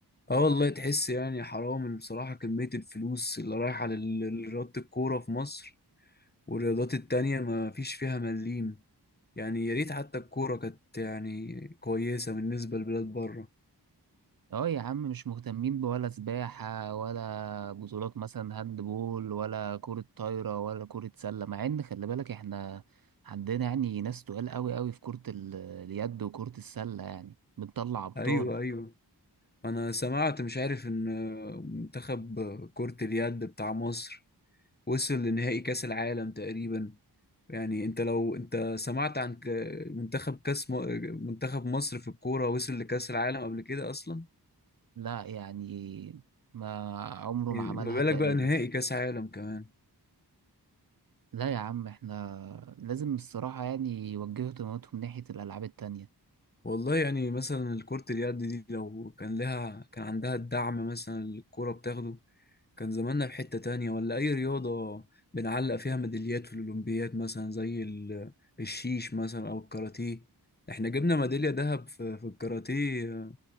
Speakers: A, on the left (about 25°); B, on the right (about 55°).
A: اه والله تحس يعني حرام بصراحة كمية الفلوس اللي رايحة لل- لرياضة الكورة في مصر والرياضات التانية ما فيش فيها مليم يعني يا ريت حتى الكورة كانت يعني كويسة بالنسبة لبلاد بره
B: اه يا عم مش مهتمين بولا سباحة ولا بطولات مثلا هاند بول ولا كرة طايرة ولا كرة سلة مع ان خلي بالك احنا عندنا يعني ناس تقال قوي قوي في كرة ال... اليد وكرة السلة يعني بنطلع ابطال
A: أيوة أيوة أنا سمعت مش عارف إن منتخب كرة اليد بتاع مصر وصل لنهائي كأس العالم تقريبا يعني أنت لو أنت سمعت عن ك- منتخب كأس م- منتخب مصر في الكورة وصل لكأس العالم قبل كده أصلا
B: لا يعني ما عمره
A: يعني
B: ما عملها
A: ما بالك
B: تقريبا
A: بقى نهائي كاس عالم كمان
B: لا يا عم احنا لازم الصراحة يعني يوجهوا اهتماماتهم ناحية الألعاب التانية
A: والله يعني مثلا الكرة اليد دي لو كان لها كان عندها الدعم مثلا اللي الكرة بتاخده كان زماننا في حتة تانية ولا أي رياضة بنعلق فيها ميداليات في الأولمبياد مثلا زي ال- الشيش مثلا أو الكاراتيه احنا جبنا ميدالية ذهب في, في الكاراتيه